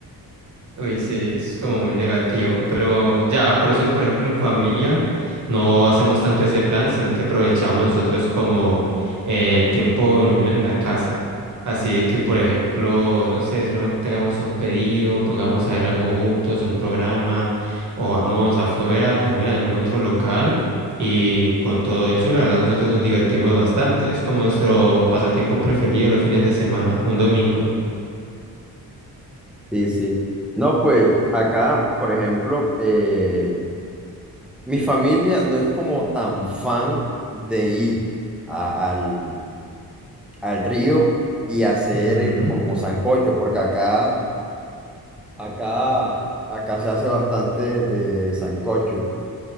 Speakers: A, on the right (about 50°); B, in the centre.
A: Uy, sí, eso es como muy negativo, pero ya, por eso, por ejemplo, en familia no hacemos tanto ese plan, sino que aprovechamos nosotros como eh, el tiempo en unión en la casa. Así de que, por ejemplo, no sé, solamente hagamos un pedido, pongamos a ver algo juntos, un programa, o vamos afuera a comer en algún otro local. Y con todo eso, la verdad, nosotros nos divertimos bastante. Es como nuestro pasatiempo preferido los fines de semana, un domingo.
B: Sí, sí. No, pues acá, por ejemplo, eh, mi familia no es como tan fan de ir a- al, al río y hacer
A: Ujú.
B: eh, como sancocho, porque acá, acá, acá se hace bastante eh, sancocho.